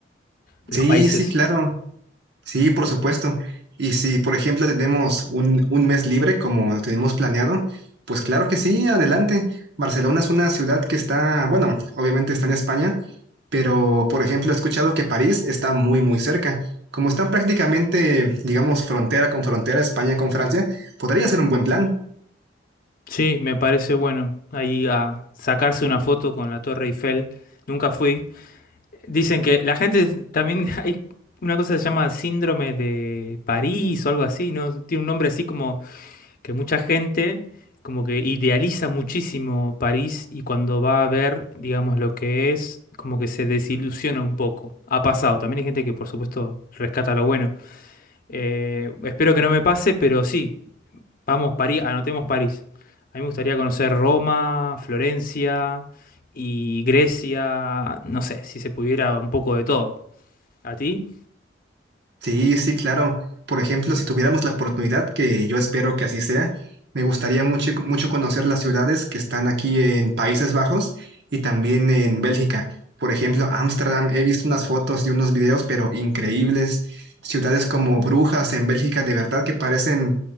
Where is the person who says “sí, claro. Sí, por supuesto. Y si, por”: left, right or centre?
Right